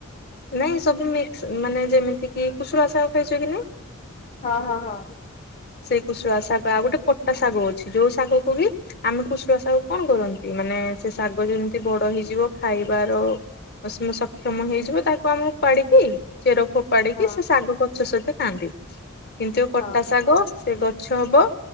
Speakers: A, on the left (about 45°); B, on the left (about 30°).
A: ନାଇଁ ସବୁ ମିକ୍ସ ମାନେ ଯେମିତି କି କୁସୁଳା ଶାଗ ଖାଇଛ କି ନାଇଁ?
B: ହଁ ହଁ ହଁ।
A: ସେଇ କୁଶୁଳା ଶାଗ ଆଉ ଗୋଟେ କୋଟା ଶାଗ ଅଛି ଯୋଉ ଶାଗକୁୁ ବି ଆମେ କୁଶୁଳା ଶାଗ କଣ କରନ୍ତି ମାନେ ସେ ଶାଗ ଯେମିତି ବଡ଼ ହେଇଯିବ ଖାଇବାର ସିମ ସକ୍ଷମ ହେଇଯିବ ତାକୁ ଆମକୁ ଉପାଡ଼ିକି ଚେର ଫୋ ପାଡ଼ିକି
B: ହଁ।
A: ସେ ଶାଗ ଗଛ ସହିତ ଖାଆନ୍ତି କିନ୍ତୁ ଏ କଟା
B: ହଁ
A: ଶାଗ ସେ ଗଛ ହବ।